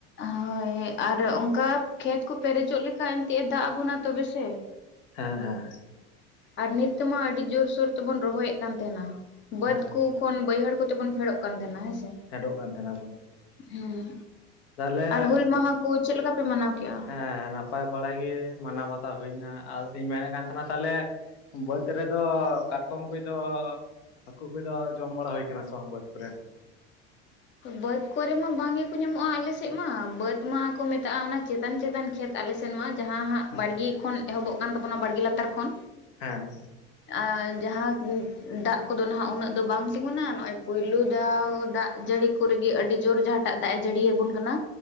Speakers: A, on the left; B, on the left.
A: ᱦᱳᱭ ᱟᱨ ᱩᱝᱠᱟ ᱠᱷᱮᱛ ᱠᱚ ᱯᱮᱨᱮᱡᱚᱜ ᱞᱮᱠᱟ ᱮᱱᱛᱮᱜ ᱮ ᱫᱟᱜ ᱟᱵᱚᱱᱟ ᱛᱚᱵᱮ ᱥᱮ᱾
B: ᱦᱮᱸ ᱦᱮᱸ᱾
A: ᱟᱨ ᱱᱤᱛ ᱛᱮᱢᱟ ᱟᱹᱰᱤ ᱡᱳᱨᱥᱳᱨ ᱛᱮᱵᱚᱱ ᱨᱚᱦᱚᱭᱮᱫ ᱠᱟᱱ ᱛᱟᱦᱮᱸᱱᱟ ᱵᱟᱹᱫᱽ
B: ᱦᱮᱸ
A: ᱠᱩ ᱩᱱ ᱵᱟᱹᱭᱦᱟᱹᱲ ᱠᱚᱛᱮ ᱵᱚᱱ ᱯᱷᱮᱰᱚᱜ ᱠᱟᱱ ᱛᱟᱦᱮᱱᱟ ᱦᱮᱸ ᱥᱮ᱾
B: ᱯᱷᱮᱰᱚᱜ ᱠᱟᱱ ᱛᱟᱦᱮᱱᱟ ᱵᱚᱱ᱾
A: ᱦᱩᱸ,
B: ᱛᱟᱦᱚᱞᱮ
A: ᱟᱨ ᱦᱩᱞ ᱢᱟᱦᱟ ᱠᱚ ᱪᱮᱫ ᱞᱮᱠᱟ ᱯᱮ ᱢᱟᱱᱟᱣ ᱠᱮᱫᱼᱟ?
B: ᱦᱮᱸ ᱱᱟᱯᱟᱭ ᱵᱟᱲᱟᱭ ᱜᱮ ᱢᱟᱱᱟᱣ ᱵᱟᱛᱟᱣ ᱦᱩᱭᱱᱟ ᱟᱨ ᱤᱧ ᱢᱮᱱᱮᱫ ᱠᱟᱱ ᱛᱟᱦᱮᱱᱟ ᱛᱟᱦᱚᱞᱮ ᱵᱟᱹᱫᱽ ᱨᱮᱫᱚ ᱠᱟᱴᱠᱚᱢ ᱠᱩᱡ ᱫᱚ ᱦᱟᱹᱠᱩ ᱠᱩᱡ ᱫᱚ ᱡᱚᱢ ᱵᱟᱲᱟ ᱦᱩᱭ ᱠᱟᱱᱟ ᱥᱮ ᱵᱟᱝ ᱵᱟᱹᱫᱽ ᱠᱚᱨᱮᱱ?
A: ᱵᱟᱹᱫᱽ ᱠᱚᱨᱮ ᱢᱟ ᱵᱟᱝ ᱜᱮ ᱠᱚ ᱧᱟᱢᱚᱜᱼᱟ ᱟᱞᱮᱥᱮᱫ ᱢᱟ ᱵᱟᱹᱫᱽ ᱢᱟᱠᱚ ᱢᱮᱛᱟᱜᱼᱟ ᱚᱱᱟ ᱪᱮᱛᱟᱱ ᱪᱮᱛᱟᱱ ᱠᱷᱮᱛ᱾ ᱟᱞᱮ ᱥᱮᱱ ᱢᱟ ᱡᱟᱦᱟᱸ ᱦᱟᱸᱜ
B: ᱦᱮᱸ
A: ᱵᱟᱲᱜᱮ ᱠᱷᱚᱱ ᱮᱦᱚᱵᱚᱜ ᱠᱟᱱ ᱛᱟᱵᱚᱱᱟ ᱵᱟᱲᱜᱮ ᱞᱟᱛᱟᱨ ᱠᱷᱚᱱ᱾
B: ᱦᱮᱸ᱾
A: ᱟᱨ ᱡᱟᱦᱟᱸ ᱜᱩ ᱫᱟᱜ ᱠᱚᱫᱚ ᱱᱟᱦᱟᱜ ᱩᱱᱟᱹᱜ ᱫᱚ ᱵᱟᱝ ᱛᱤᱸᱜᱩᱱᱟ ᱱᱚᱜᱼᱚᱭ ᱯᱩᱭᱞᱩ ᱫᱟᱣ ᱫᱟᱜ ᱡᱟᱹᱲᱤ ᱠᱩᱨᱤᱜᱤ ᱟᱹᱰᱤ ᱡᱳᱨ ᱡᱟᱦᱟᱸᱴᱟᱜ ᱫᱟᱜ ᱮ ᱡᱟᱹᱲᱤᱭ ᱟᱵᱚᱱ ᱠᱟᱱᱟ᱾